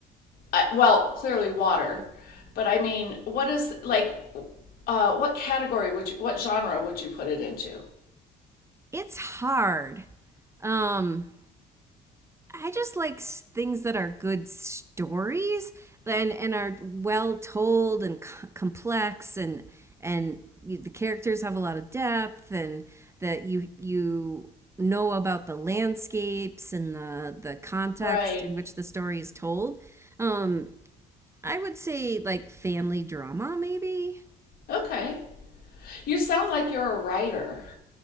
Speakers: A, on the left (about 60°); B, on the right (about 15°).
A: I, well, clearly water, but I mean, what is like uh what category would you what genre would you put it into?
B: It's hard. Um, I just like things that are good stories and and are well told and c- complex and and the characters have a lot of depth and that you you know about the landscapes and the the context
A: Right.
B: in which the story is told. Um, I would say like family drama maybe.
A: Okay. You sound like you're a writer.